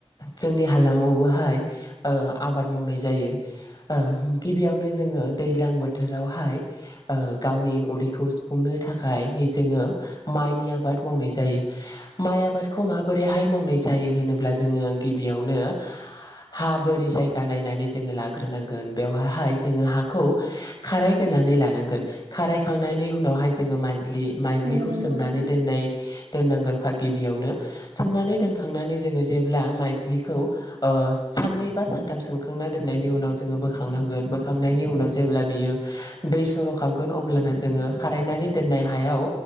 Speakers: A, on the left; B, on the right.
A: जोंनि हालामावबोहाय ओ आबाद मावनाय जायो। ओ गिबियावनो जोङो दैज्लां बोथोरावहाय ओ गावनि उदैखौ सुफुंनो थाखाय जोङो माइनि आबाद मावनाय जायो माइ आबाद खौ माबोरैहाय मावनाय जायो होनोब्ला जोङो गिबियावनो हा बोरि जायगा नायनानै जोङो लाग्रोनांगोन बेवहाय जोङो हाखौ खारायग्रोनै लानांगोन खारायखांनायनि उनावहाय जोङो माइ दि माइज्लिखौ
B: औ नंगौ
A: सोमनानै
B: नोंथां
A: दोननाय दोननांगोन फाग गिबियावनो सोमनानै दोनखांनानै जोङो जेब्ला माइज्लिखौ ओ साननै बा सानथाम सोमखांना दोननायनि उनाव जोङो बोखांनांगोन बोखांनायनि उनाव जेब्ला बियो दै सरखांगोन अब्ला जोङो खारायनानै दोननाय हायाव